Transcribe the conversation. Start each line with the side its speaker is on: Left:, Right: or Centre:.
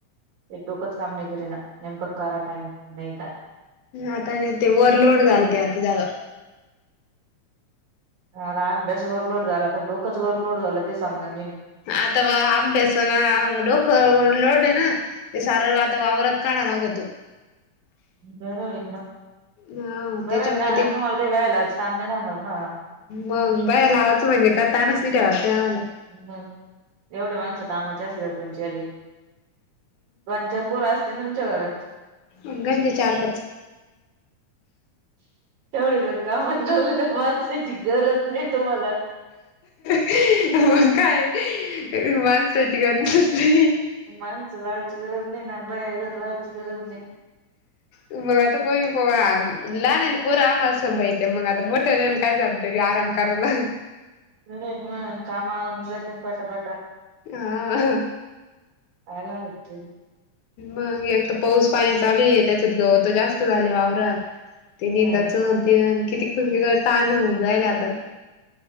Right: एक डोकच काम नाही केरी ना नेमकं करा टाइम नाही काय?
Left: आता ते प ओवरलोड झालं ते आता जा
Right: ह र अभ्यास ओव्हरलोड झाला का डोकं ओव्हरलोड का झालं ते समजान
Left: अता वा अभ्यासा न डोक लोड आहे ना, ते सार आता वावरात काढा लागतो.
Right: बरं होईल ना,
Left: हा
Right: बरं
Left: त्याच्यामुळे
Right: आहे ना
Left: ते
Right: तुम्हाला काही काहीच काम नाही राहणार हा.
Left: मग बाई लावाचं म्हणजे त्यांनासनी ठेवायचं. आम्हाला
Right: मग एवढे माणसं कामाचे असल्या तुमच्या आली पांच, चार पोर असतेल ना तुमच्या घरात?
Left: अंग चार, पाच
Right: <unintelligible> तेवढे जर कामात झाले, तर माणसाची गरज नाही तुम्हाला.
Left: अहं अहं मग काय माणसाची गरजच नही.
Right: माणसं लावायची गरज नाही ना. बाहेर घर लावायची गरज नाही.
Left: मग आता कोण? हो लहान लहान पोर सांभाळती आम्हाला मग मग काय जातंय मोठ्याला आराम करायला.
Right: बरं हाय ना काम आवरून जातय ना पटा पटा.
Left: हा
Right: नाय लागत तरी.
Left: मग एकत पाऊस पाणी चालूय त्याच्यात गवत तर जास्त झाली वाववरात. ती
Right: काय.
Left: निंदाच होती किती क करतान होन जायला आता.